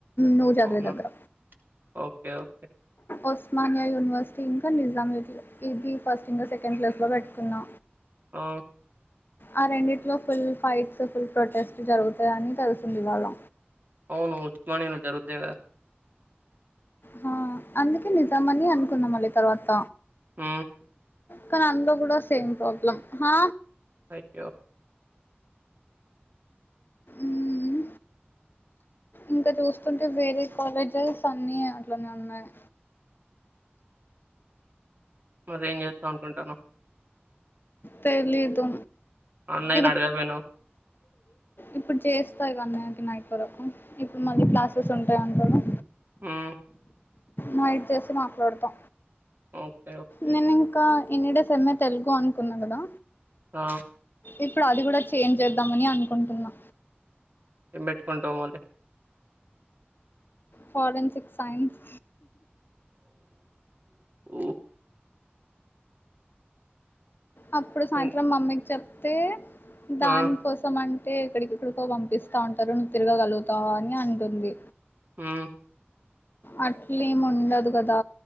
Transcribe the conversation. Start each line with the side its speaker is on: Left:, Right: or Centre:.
Left: నువ్ చదివే
Right: అవునా!
Left: దగ్గర
Right: ఓకే ఓకే
Left: ఒస్మానియా యూనివర్సిటీ ఇంకా నిజాం ఇది ఫస్ట్ ఇం సెకండ్ ప్లస్ లో పెట్టుకున్నా
Right: ఆ
Left: ఆ రెండిట్లో ఫుల్ ఫైట్స్ ఫుల్ ప్రొటెస్ట్ జరుగుతాయని తెలిసింది ఇవాళ్ళ
Right: ఔను ఉస్మానియాలో జరుగుతైకదా
Left: హా అందుకే నిజమని అనుకున్నా మల్లి తర్వాత
Right: ఆ
Left: కానీ అందులో కూడా సేమ్ ప్రాబ్లమ్ హ
Right: అయ్యో!
Left: మ్మ్ ఇంకా చూస్తుంటే వేరే కాలేజెస్ అన్ని అట్లనే ఉన్నాయి
Right: మరి ఏం చేదాం అనుకుంటున్నావు
Left: తెలీదు
Right: అన్నయ్యని
Left: ఇగో
Right: అడగాపోయినవ్
Left: ఇప్పుడు చేస్తాయి కానీ నైట్ వరకు ఇప్పుడు మళ్ళీ
Right: హ్మ్.
Left: క్లాసెస్ ఉంటాయిఅంట కదా
Right: హ్మ్
Left: నైట్ చేసి మాట్లాడతా
Right: ఓకే. ఓకే.
Left: నేను ఇంకా ఎన్నిడ సమ్మ తెలుగు అనుకున్నా కదా
Right: ఆ
Left: ఇప్పుడు అది కూడా చేంజ్ చేద్దామని అనుకుంటున్నా
Right: ఏం పెట్టుకుంటా మరి
Left: ఫరెన్సిక్ సైన్స్
Right: ఓ
Left: అప్పుడు సాయంత్రం
Right: హ్మ్.
Left: మమ్మీకి చెప్తే దాని
Right: ఆ!
Left: కోసం అం అంటే ఇక్కడికెక్కడికో పంపిస్తా ఉంటారు ను్వు తిరగగలుగుతావు అని అంటుంది
Right: ఆ
Left: అట్లేమి ఉండదు కదా